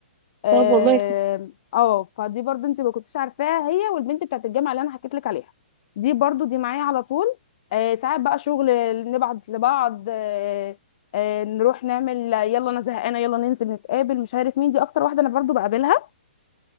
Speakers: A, on the left; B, on the right.
A: اه
B: طب والله ك-
A: آه، فدي برضو انت ما كنتش عارفاها هي والبنت بتاعت الجامعه اللي انا حكيت لك عليها دي برضو دي معايا على طول آه ساعات بقى شغل نبعت لبعض آه آه نروح نعمل يلا انا زهقانه يلا ننزل نتقابل مش عارف مين دي اكتر واحده انا برضو بقابلها